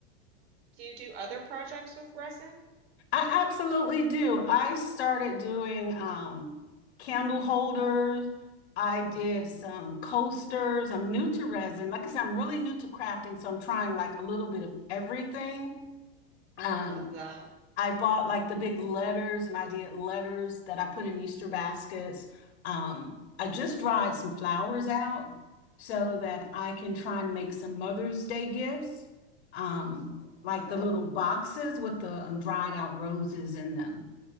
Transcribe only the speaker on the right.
Do you do other projects with resin?
Ooh,
I love that.
I love
that.